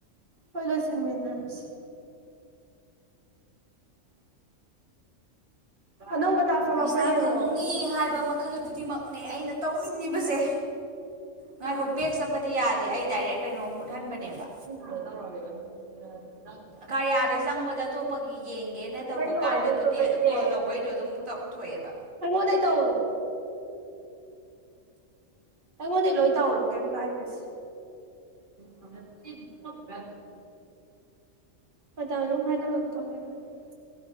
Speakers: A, on the right; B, on the right.
A: ꯍꯣꯏꯂꫭꯏꯁꯟꯃꯤꯅꯔꯁꯤ ꯑꯅꯧꯕ ꯇꯥꯛꯁ ꯊꯣꯛꯂꯛꯄ꯭ꯔꯥ
B: ꯄꯩꯁꯥ
A: ꯌꯦꯡꯉꯣ
B: ꯐꯪꯅꯤ ꯍꯥꯏꯕ ꯃꯈꯜ ꯈꯨꯗꯤꯡꯃꯛꯅꯦ ꯑꯩꯅ ꯇꯧꯅꯤꯡꯉꯤꯕꯁꯦ ꯉꯥꯏꯈꯣ
A: ꯃꯥꯅꯦ
B: ꯕꯦꯛ ꯆꯠꯄꯗꯤ ꯌꯥꯗꯦ ꯑꯩ ꯗꯥꯏꯔꯦꯛ ꯀꯩꯅꯣ ꯃꯨꯠꯍꯟꯕꯅꯦꯕ
A: ꯍꯜꯖꯔ ꯋꯥꯒꯦ <unintelligible> ꯑ <unintelligible>
B: ꯀꯔꯤꯌꯥꯗ ꯆꯪꯕꯗ ꯑꯇꯣꯞꯄꯒꯤ ꯌꯦꯡꯒꯦꯅ ꯇꯧꯕ
A: ꯀꯩꯅꯣ
B: ꯀꯥꯟꯗꯕꯨꯗꯤ
A: ꯂꯦꯞꯇꯣꯞ ꯂꯩꯇꯦ
B: ꯀꯣꯜ ꯇꯧꯕꯩꯗꯣ ꯑꯗꯨꯝ ꯇꯧꯊꯣꯛꯑꯦꯕ
A: ꯑꯩꯉꯣꯟꯗꯩ ꯇꯧꯔꯣ ꯑꯩꯉꯣꯟꯗꯩ ꯂꯣꯏ ꯇꯧꯔꯣ ꯀꯩꯝ ꯀꯥꯏꯗꯦꯁꯦ ꯃ <unintelligible> ꯄꯇꯥ ꯑꯣꯅꯣ ꯍꯥꯏꯗ ꯇꯧ ꯍꯥꯏ <unintelligible>